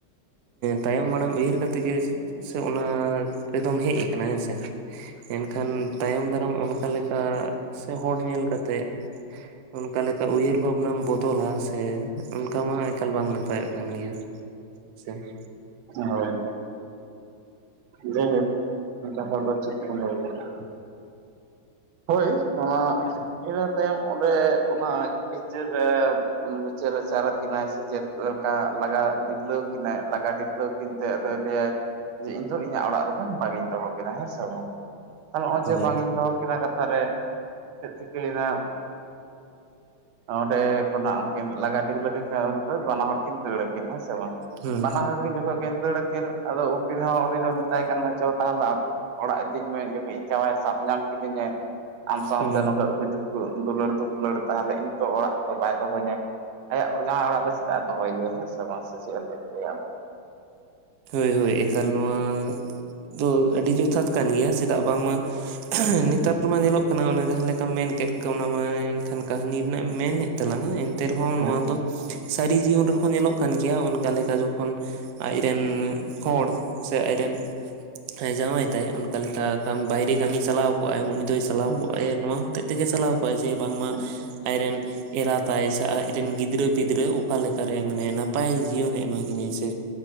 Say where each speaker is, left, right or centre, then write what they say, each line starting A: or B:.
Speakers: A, on the right; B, on the right.
A: ᱛᱟᱭᱚᱢ ᱢᱟᱲᱟᱝ ᱩᱭᱦᱟᱹᱨ ᱠᱟᱛᱮ ᱜᱮ ᱥᱮ ᱚᱱᱟ ᱨᱮᱫᱚᱢ ᱦᱮᱡ ᱟᱠᱟᱱᱟ ᱦᱮᱸᱥᱮ ᱮᱱᱠᱷᱟᱱ ᱛᱟᱭᱚᱢ ᱫᱟᱨᱟᱢ ᱚᱱᱠᱟ ᱞᱮᱠᱟ ᱥᱮ ᱦᱚᱲ ᱧᱮᱞ ᱠᱟᱛᱮᱜ ᱚᱱᱠᱟ ᱞᱮᱠᱟ ᱩᱭᱦᱟᱹᱨ ᱵᱷᱟᱵᱱᱟᱢ ᱵᱚᱫ ᱛᱚᱞᱟ ᱥᱮ ᱚᱱᱠᱟ ᱢᱟ ᱮᱠᱟᱞ ᱵᱟᱝ ᱱᱟᱯᱟᱭᱚᱜ ᱠᱟᱱ ᱜᱮᱭᱟ ᱥᱮ ᱾
B: ᱦᱳᱭ ᱦᱳᱭ ᱡᱟᱭᱦᱳᱠ ᱠᱟᱛᱷᱟ ᱫᱚ ᱴᱷᱤᱠ ᱜᱮᱢ ᱞᱟᱹᱭ ᱠᱟᱫᱟ ᱾ ᱦᱳᱭ ᱚᱱᱟ ᱤᱱᱟᱹ ᱛᱟᱭᱚᱢ ᱚᱸᱰᱮ ᱚᱱᱟ ᱵᱤᱪᱟᱹᱨ ᱨᱮ ᱵᱤᱪᱟᱹᱨ ᱟᱪᱟᱨ ᱟᱠᱤᱱᱟᱭ ᱥᱮ ᱪᱮᱫ ᱚᱱᱠᱟ ᱱᱟᱜ ᱞᱟᱜᱟ ᱰᱤᱜᱞᱟᱹᱣ ᱠᱤᱱᱟᱭ᱾ ᱞᱟᱜᱟ ᱰᱤᱜᱞᱟᱹᱣ ᱠᱤᱱ ᱛᱮ ᱟᱫᱚᱭ ᱞᱟᱹᱭᱟᱭ ᱡᱮ ᱤᱧ ᱫᱚ ᱤᱧᱟᱹᱜ ᱚᱲᱟᱜ ᱨᱮᱫᱚ ᱵᱟᱝᱤᱧ ᱫᱚᱦᱚ ᱠᱤᱱᱟ ᱦᱮᱸ ᱥᱮ ᱵᱟᱝ? ᱟᱨ ᱱᱚᱜᱼᱚᱭ
A: ᱦᱳᱭ
B: ᱡᱮ ᱵᱟᱝ ᱤᱧ ᱫᱚᱦᱚ ᱠᱤᱱᱟ ᱠᱟᱛᱷᱟᱮ ᱪᱮᱫ ᱪᱤᱠᱟᱹᱭᱱᱟ ᱾ ᱚᱱᱚᱸᱰᱮ ᱠᱷᱚᱱᱟᱜ ᱩᱱᱠᱤᱱ ᱞᱟᱜᱟ ᱰᱤᱜᱽᱞᱟᱹᱣ ᱠᱮ ᱠᱷᱟᱱ ᱵᱟᱱᱟ ᱦᱚᱲ ᱠᱤᱱ ᱫᱟᱹᱲᱟ ᱟᱹᱠᱤᱱ ᱦᱮᱸ ᱥᱮ ᱵᱟᱝ?
A: ᱦᱩᱸ
B: ᱢᱟᱱᱟ ᱦᱚᱲ ᱜᱮ ᱡᱚᱷᱡ ᱠᱤᱱ ᱫᱟᱹᱲᱟ ᱩᱱᱠᱤᱱ ᱟᱫᱚ ᱩᱱᱠᱤᱱ ᱦᱚᱸ ᱩᱱᱤ ᱫᱚ ᱢᱮᱛᱟᱭ ᱠᱟᱱᱟ, ᱪᱚ ᱛᱟᱦᱚᱞᱮ ᱚᱲᱟᱜ ᱤᱫᱤᱧ ᱢᱮ ᱡᱩᱫᱤ ᱤᱧ ᱡᱟᱶᱟᱭ ᱥᱟᱵ ᱧᱟᱢ ᱠᱮᱫ ᱡᱟ ᱟᱢ ᱥᱟᱶᱛᱮ
A: ᱦᱩᱸ
B: ᱱᱝᱠᱟ ᱛᱚ ᱩᱠᱩ ᱪᱩᱠᱩ ᱫᱩᱞᱟᱹᱲ ᱫᱩᱯᱩᱞᱟᱹᱲ ᱛᱟᱦᱚᱞᱮ ᱤᱧ ᱛᱚ ᱚᱲᱟᱜ ᱨᱮᱫᱚ ᱵᱟᱭ ᱫᱚᱦᱚᱧᱟᱭ ᱾ ᱟᱭᱟᱜ ᱡᱟᱶᱭᱟᱸᱭ ᱚᱲᱟᱜ ᱫᱚ ᱪᱮᱫᱟᱜ ᱮ ᱫᱚᱦᱚᱭᱮᱭᱟ ᱦᱮᱸ ᱥᱮ ᱵᱟᱝ ᱥᱮ ᱪᱮᱫ ᱞᱟᱹᱭ ᱦᱚᱪᱚᱭᱟᱢ?
A: ᱦᱳᱭ ᱦᱳᱭ, ᱮᱠᱟᱞ ᱱᱚᱣᱟ ᱫᱚ ᱟᱹᱰᱤ ᱡᱚᱛᱷᱟᱛ ᱠᱟᱱ ᱜᱮᱭᱟ ᱪᱮᱫᱟᱜ ᱵᱟᱝᱢᱟ ᱱᱮᱛᱟᱨ ᱢᱟ ᱧᱮᱞᱚᱜ ᱠᱟᱱᱟ ᱚᱱᱟ ᱡᱟᱦᱟᱸ ᱞᱮᱠᱟᱢ ᱢᱮᱱ ᱞᱮᱠᱟᱢ ᱢᱮᱱ ᱠᱮᱫ ᱛᱟᱞᱟᱝ ᱟ ᱢᱮᱠᱷᱟᱱ ᱠᱟᱹᱦᱱᱤ ᱨᱮᱱᱟᱜ ᱞᱟᱹᱭ ᱢᱮ ᱛᱟᱞᱟᱝᱟ ᱮᱱᱛᱮ ᱨᱮᱦᱚᱸ
B: ᱦᱮᱸ
A: ᱱᱚᱣᱟ ᱫᱚ ᱥᱟᱹᱨᱤ ᱡᱤᱭᱚᱱ ᱨᱮᱦᱚᱸ ᱧᱮᱞᱚᱜ ᱠᱟᱱ ᱜᱮᱭᱟ ᱚᱱᱠᱟ ᱞᱮᱠᱟ ᱡᱚᱠᱷᱚᱱ <unintelligible> ᱦᱮᱸ ᱡᱟᱶᱟᱭ ᱛᱟᱭ ᱚᱱᱠᱟ ᱞᱮᱠᱟ <unintelligible> ᱵᱟᱭᱨᱮ ᱠᱟᱹᱢᱤᱭ ᱪᱟᱞᱟᱣ ᱠᱚᱜᱼᱟᱭ ᱩᱱᱤ, ᱫᱚᱭ ᱪᱟᱞᱟᱣ
B: ᱦᱮᱸ
A: ᱠᱚᱜ ᱟᱭ ᱱᱚᱶᱟ ᱦᱚᱛᱮᱡ ᱛᱮᱜᱮ ᱪᱟᱞᱟᱣ ᱠᱚᱜᱼᱟ ᱡᱮ ᱵᱟᱝᱢᱟ
B: ᱦᱮᱸ
A: ᱟᱡ ᱨᱮᱱ ᱮᱨᱟ ᱛᱟᱭᱟᱭ ᱥᱮ ᱟᱡᱨᱮᱱ ᱜᱤᱫᱽᱨᱟᱹ ᱯᱤᱫᱽᱨᱟᱹ ᱚᱠᱟ ᱞᱮᱠᱟ ᱨᱮ ᱢᱟᱱᱮ ᱱᱟᱯᱟᱭ ᱡᱤᱭᱚᱱ ᱮ ᱮᱢᱟ ᱠᱤᱱᱟᱹᱭ? ᱥᱮ